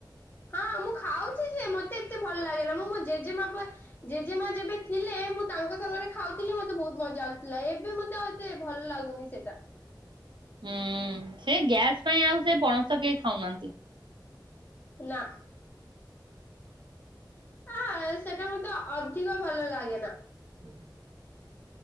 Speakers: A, on the left (about 25°); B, on the right (about 75°).
A: ହଁ ମୁଁ ଖାଉଛି ଯେ ମତେ ଏତେ ଭଲ ଲାଗେନା ମୁଁ ମୋ ଜେଜେମାପ ଜେଜେମା ଯେବେ ଥିଲେ ମୁଁ ତାଙ୍କ ସାଙ୍ଗରେ ଖାଉଥିଲି ମତେ ବହୁତ ମଜା ଆସୁଥିଲା ଏବେ ମତେ ଆ ଏତେ ଭଲ ଲାଗୁନି ସେଟା।
B: ହୁଁ ସେ ଗ୍ୟାସ ପାଇଁ ଆଉ ସେ ପଣସ କେହି ଖାଉନାହାନ୍ତି।
A: ନା। ଆ ସେଟା ମତେ ଅଧିକ ଭଲ ଲାଗେ ନା।
B: <inaudible>